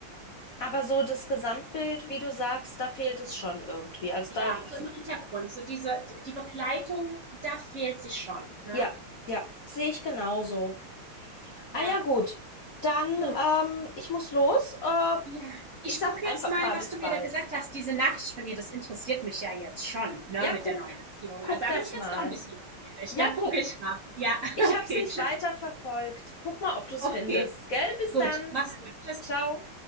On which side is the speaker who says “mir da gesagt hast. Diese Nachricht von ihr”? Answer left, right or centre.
Right